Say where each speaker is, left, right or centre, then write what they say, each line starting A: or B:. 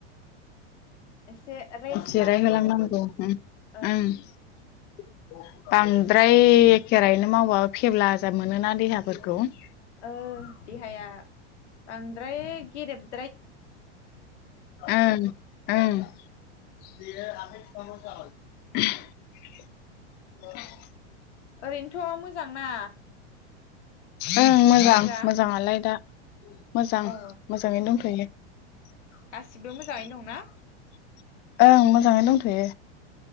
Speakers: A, on the left (about 80°); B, on the left (about 30°).
A: एसे रेस्ट
B: जिराय
A: लानांगौ
B: होलां नांगौ ओ ओम
A: ओं
B: । बांद्राय एखे राहैनो मावब्ला फेब्लाजाथ मोनोना देहाफोरखौ ।
A: ओ । देहाया बांद्राय गेरेब
B: ओम ओम । बेयो आखाय सुवा <unintelligible> <inaudible>
A: ओरैनोथ' मोजांना?
B: ओं मोजां
A: खबरफोरा
B: मोजाङालाय दा मोजां
A: औ
B: मोजाङैनो दंथ'यो ।
A: गासिबो मोजाङैनो दंना
B: ओं मोजाङै दंथ'यो ।